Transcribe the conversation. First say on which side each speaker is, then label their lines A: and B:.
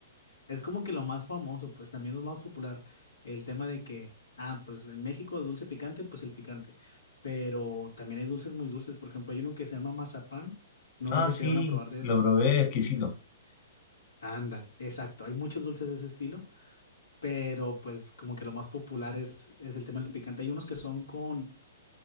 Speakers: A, on the left; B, on the left.
A: Es como que lo más famoso, pues también lo más popular, el tema de que, ah, pues en México es dulce picante, pues el picante, pero también hay dulces muy dulces, por ejemplo, hay uno que se llama mazapán, no
B: Ah,
A: sé si
B: sí,
A: te dieron a probar de
B: lo
A: ese,
B: probé, exquisito.
A: eh, ándale, exacto, hay muchos dulces de ese estilo, pero pues como que lo más popular es, es el tema del picante, hay unos que son con,